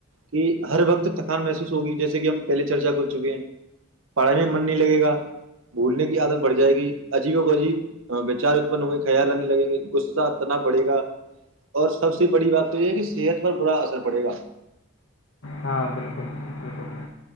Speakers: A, on the right; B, on the left.
A: کہ ہر وقت تھکان محسوس ہوگی جیسے کہ ہم پہلے چرچا کر چکے ہیں پڑھائی میں من نہیں لگے گا بھولنے کی عادت بڑھ جائے گی عجیبوں کو عجیب وچار اتپن ہوں گے خیال آنے لگیں گے غصہ تنا بڑے گا اور سب سے بڑی بات تو یہ ہے کہ صحت پر بڑا اثر پڑے گا
B: ہاں بالکل بالکل